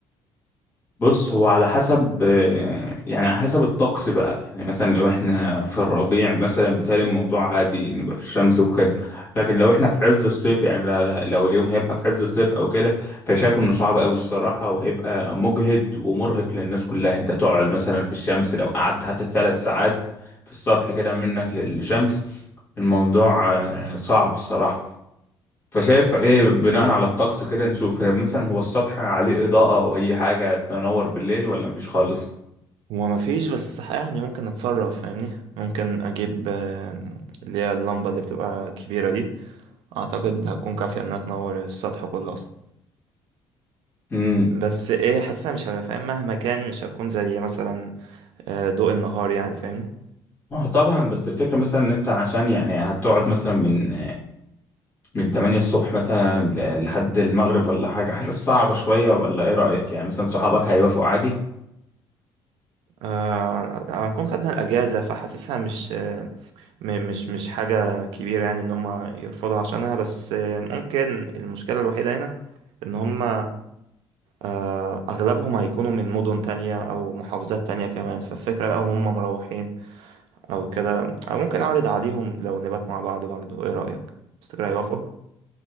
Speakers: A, on the left; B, on the right.
A: بص هو على حسب آه، يعني على حسب الطقس بقى يعني مثلا لو احنا في الربيع مثلا بيتهيألي الموضوع عادي نبقى في الشمس وكده لكن لو احنا في عز الصيف يعني ل- لو اليوم هيبقى في عز الصيف او كده فشايف انه صعب قوي الصراحة وهيبقى مجهد ومرهق للناس كلها انت تقعد مثلا في الشمس لو قعدت حتى ثلاث ساعات في السطح كده منك للشمس الموضوع
B: مم.
A: آه، صعب الصراحة فشايف ايه
B: مم.
A: بناء على الطقس كده نشوف هي مثلا هو السطح عليه إضاءة أو أي حاجة تنور بالليل ولا مفيش خالص
B: هو مفيش بس يعني ممكن نتصرف فاهمني ممكن اجيب آم، اللي هي اللمبة اللي بتبقى كبيرة دي اعتقد هتكون كافية انها تنور السطح كله اصلا
A: امم
B: بس ايه حاسسها مش هبقى فاهم مهما كان مش هتكون زي مثلا آه، ضوء النهار يعني فاهمني
A: ما هو طبعا بس الفكرة مثلا ان انت عشان يعني هتقعد مثلا من من 8 الصبح مثلا لحد المغرب ولا حاجة حاسس صعبة شوية ولا ايه رأيك يعني مثلا صحابك هيوافقوا عادي
B: آه هنكون خدنا الاجازة فحاسسها مش آه، م- مش مش حاجة كبيرة يعني ان هم يرفضوا عشانها بس آه، ممكن المشكلة الوحيدة هنا ان هم آه، اغلبهم هيكونوا من مدن تانية او محافظات تانية كمان فالفكرة بقى هم مروحين او كده او ممكن اعرض عليهم لو نبات مع بعض برضو ايه رأيك تفتكر هيوافقوا